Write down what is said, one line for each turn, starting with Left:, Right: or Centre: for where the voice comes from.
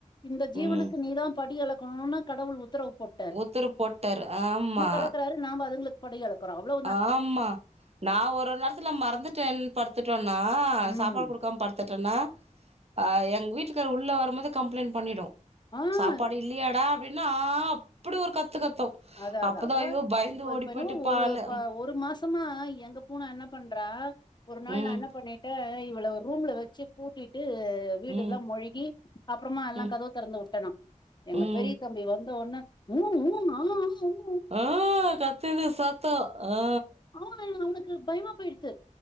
Left: இந்த ஜீவனுக்கு
Right: ம்
Left: நீதா படியலக் கனு கடவுள் உத்தரவு போட்டு
Right: ஊத்துரவு போட்டாரு ஆமா
Left: அளக்குறாரு நாம அதுங்களுக்கு படி அழைக்குறோ அவ்ளோ
Right: ஆமா நா ஒரு நேரத்துல மறந்துட்டேன் படுத்துட்டேண்ணா
Left: ம்
Right: சாப்பாடு கொடுக்காம படுத்துட்டேண்ணா ஆ எங்க வீட்டுக்கரு உள்ள வரும்போதே கம்ப்ளைண்ட் பண்ணிடு
Left: ஆ
Right: சாப்பாடு இல்லியாடா அப்டின்னா ஆ அப்டி ஒரு கத்து கத்து
Left: அத அத
Right: அப்பதா
Left: அதா
Right: ஐயோ பயந்து
Left: இப்ப
Right: ஓடி
Left: இப்ப என்னோவோ
Right: போயிட்டு பாலு
Left: ஒரு ப ஒரு மாச மா எங்க பூ னே என்ன பண்றா ஒரு நாள்
Right: ம்
Left: நான் என்ன பண்ணே தே இவ்வள ஒரு ரூம்ல வச்சு பூட்டிட்டு வீடு
Right: ம்
Left: எல்லா மொழுகி அப்பறமா எல்லா
Right: ம்
Left: கதவு திறந்து உட்டே நா எங்க
Right: ம்
Left: பெரிய தம்பி வந்த உடனே உ உ ஆ உ
Right: ஆ கத்துது சத்த ஆ
Left: <unintelligible> அவனுக்கு பயமா போயிடுத்து